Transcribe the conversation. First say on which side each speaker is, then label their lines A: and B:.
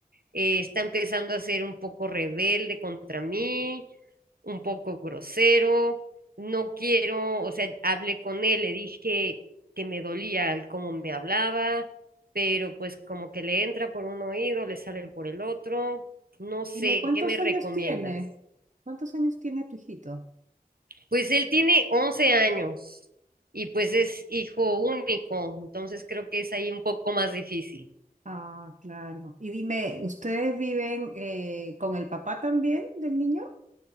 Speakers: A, on the right; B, on the right.
A: eh, está empezando a ser un poco rebelde contra mí, un poco grosero, no quiero, o sea, hablé con él, le dije que me dolía el cómo me hablaba, pero pues como que le entra por un oído, le sale por el otro, no sé,
B: Dime, ¿cuántos
A: ¿qué me recomiendas?
B: años tiene? ¿Cuántos años tiene tu hijito?
A: Pues él tiene 11 años y pues es hijo único, entonces creo que es ahí un poco más difícil.
B: Ah, claro. Y dime, ¿ustedes viven eh, con el papá también del niño?